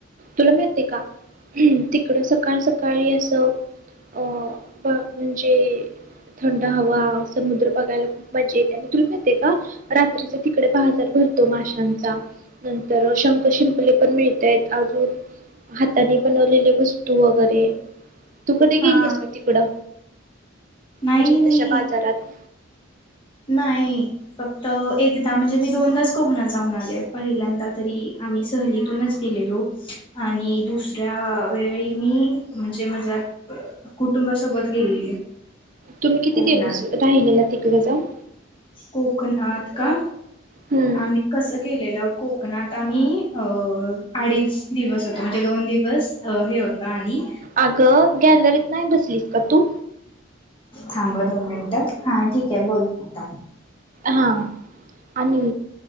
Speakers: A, on the right; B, on the left.
A: तुला माहित आहे का तिकड सकाळ सकाळी असं अ म्हणजे थंड हवा समुद्र बघायला खूप मज्जा येत्या तुला माहित आहे का रात्रीचा तिकडे बाजार भरतो माशांचा नंतर शंख शिंप शिंपले पण मिळतायेत अजून हातानी बनवलेले वस्तू वगैरे तू कधी
B: हा
A: गेलीस का तिकडं
B: नाही
A: म्हणजे
B: मी
A: तशा बाजारात
B: नाही फक्त एकदा म्हणजे मी दोनदाच कोकणात जाऊन आले पहिल्यांदा तरी आम्ही सहलीतूनच गेलेलो आणि दुसऱ्या वेळी मी म्हणजे माझ्या कुटुंबासोबत गेलेली
A: तुम्ही किती
B: कोकणात
A: दिवस राहिलेला तिकडे जावून
B: कोकणात का
A: हम्म
B: आम्ही कसं गेलेलं कोक कोकणात आम्ही अ अडीच दिवस होतो म्हणजे दोन दिवस अ हे होतं आणि
A: अगं केॅलर नाही बसलीस का तू
B: थांब दोन मिनटं हा ठीक आहे बोल आता
A: हा आणि